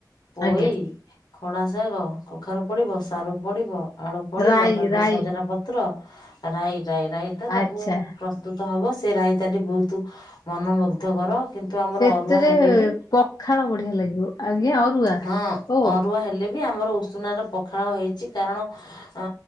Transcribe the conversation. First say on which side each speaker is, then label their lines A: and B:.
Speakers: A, on the left (about 85°); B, on the left (about 60°).
A: ପୋଇ
B: ଆଜ୍ଞା
A: ଖଡା ଶାଗ, କଖାରୁ ପଡିବ, ସାରୁ ପଡିବ, ଆଳୁ ପଡିବ
B: ରାଇ
A: ତା ଦେହରେ
B: ରାଇ
A: ସଜନା ପତ୍ର ରାଇ ରାଇ ରାଇତା ତାକୁ
B: ଆଚ୍ଛା
A: ପ୍ରସ୍ ସ୍ତୁତ ହବ ସେ ରାଇତାଟି ବୋହୁତୁ ମନମୁଗ୍ଧ କର କିନ୍ତୁ ଆମର
B: ସେଥିରେ
A: ଅରୁଆ ହେଲେ ବି
B: ପଖାଳ ବଢିଆ ଲାଗିବ ଆଜ୍ଞା ଅରୁଆ
A: ହଁ।
B: ଓ
A: ଅରୁଆ ହେଲେ ବି ଆମର ଉଷୁନାର ପଖାଳ ହେଇଚି କାରଣ ଅ